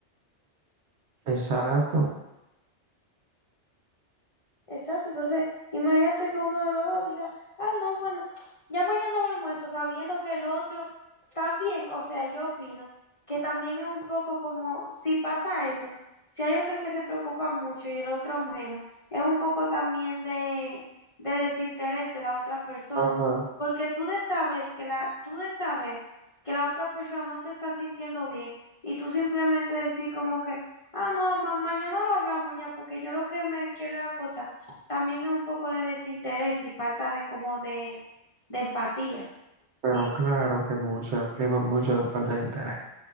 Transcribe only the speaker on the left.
Exacto, entonces imagínate que uno de los dos diga, ah, no, bueno, ya mañana hablamos de eso, sabiendo que el otro también, o sea, yo opino que también es un poco como si pasa eso, si hay otro que se preocupa mucho y el otro menos, es un poco también de, de desinterés de la otra persona,
porque tú de saber que la, tú de saber que la otra persona no se está sintiendo bien y tú simplemente decir como que, ah, no, ma- mañana lo hablamos ya, porque yo lo que me quiero es acotar. También es un poco de desinterés y falta de como de, de empatía.
diría.